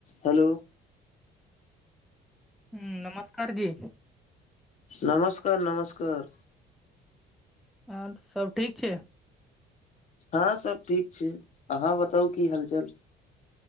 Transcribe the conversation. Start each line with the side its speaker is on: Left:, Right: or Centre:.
Left: hello
Centre: हुँ नमस्कार जी
Left: नमस्कार नमस्कार
Centre: हँऽ सब ठीक छै
Left: हँ सब ठीक छै अहाँ बताउ की हालचाल